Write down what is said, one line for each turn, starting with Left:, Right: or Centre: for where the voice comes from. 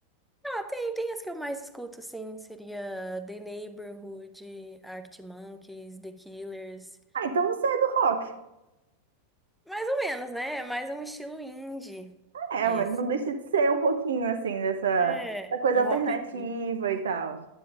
Centre: Ah, tem, tem as que eu mais escuto, sim. Seria The Neighborhood, Arctic Monkeys, The Killers.
Right: Ah, então você é do rock.
Centre: Mais ou menos, né? É mais um estilo indie.
Right: É,
Centre: Esse.
Right: mas não deixa de ser um pouquinho assim dessa,
Centre: É,
Right: da coisa
Centre: um
Right: alternativa
Centre: rockzinho.
Right: e tal.